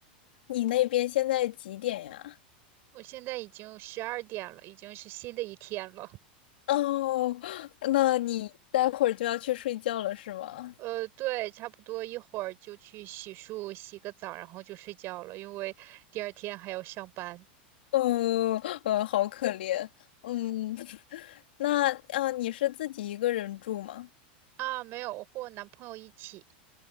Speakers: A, on the left (about 75°); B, on the right (about 45°).
A: 你那边现在几点呀？
B: 我现在已经十二点了，已经是新的一天了。
A: 哦，<sucks teeth> 那你待会儿就要去睡觉了是吗？
B: 呃，对，差不多一会儿就去洗漱、洗个澡，然后就睡觉了，因为第二天还要上班。
A: 嗯，呃，好可怜。嗯，<laughs> 那呃，你是自己一个人住吗？
B: 啊，没有，我和我男朋友一起，